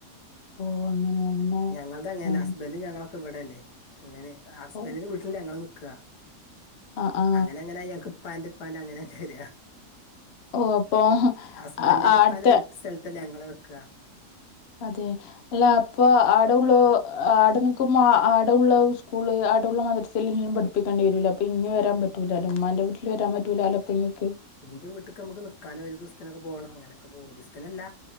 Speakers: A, on the left (about 60°); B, on the left (about 80°).
A: ഓ അങ്ങനെയാണല്ലേ
B: ഞങ്ങൾടെ അങ്ങനല്ല
A: ആ
B: ഹസ്ബൻഡും ഞങ്ങളൊക്കെ വടല്ലേ അങ്ങനെ ഹസ്ബൻൻ്റ്
A: ഓ
B: ഞങ്ങള് നിക്കാ
A: ആ ആ
B: അങ്ങനെ അങ്ങനായി ഞങ്ങക്ക് പ്പാൻ്റെ പ്പാൻ്റെ അങ്ങനെങ്ങെനേ വരാ
A: ഓഹ് അപ്പൊ
B: ഹസ്ബൻഡൻ്റ്ന്റെ
A: ആ
B: പ്പാൻ്റെ
A: അടുത്ത
B: വീട്ട് സ്ഥലത്തല്ലേ ഞങ്ങള് വെക്ക
A: അതെ അല്ല അപ്പൊ ആഹ് അവടള്ളോ ആടെ നിക്കുംമ്പോ ആടെ ഉള്ളോ സ്കൂള് ആടെുള്ള മദ്രസെലു എല്ലാം പ്പ ക്കേണ്ടി വരൂല്ല അപ്പൊ ഇഞ്ഞി വരാൻ പറ്റൂലല്ലോ ഉ്മാന്റെ വീട്ടില് വരാൻ പറ്റൂലലോ അപ്പൊങ്ങക്ക്
B: ന്റെ വീട്ടുക്ക് നമ്മുക്ക് നിക്കാനും ഒരു ദിവസത്തിനൊക്കെ പോണം അങ്ങനെയൊക്കെ പോം ഒരിസത്തിനല്ല